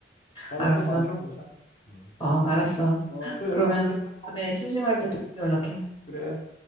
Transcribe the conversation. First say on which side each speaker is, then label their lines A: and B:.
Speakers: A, on the left (about 50°); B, on the left (about 30°).
A: 다음에
B: 알았어.
A: 또 만들어 보자. 음.
B: 어, 알았어.
A: 어, 또
B: 그러면
A: 연락할게.
B: 다음에 심심할 때 또 연락해.
A: 그래.